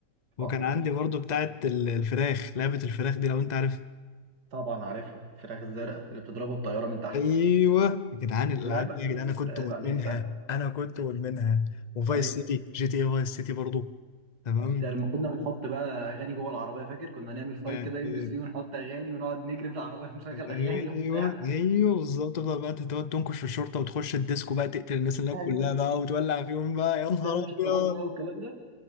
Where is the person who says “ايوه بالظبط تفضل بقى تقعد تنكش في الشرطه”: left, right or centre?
Left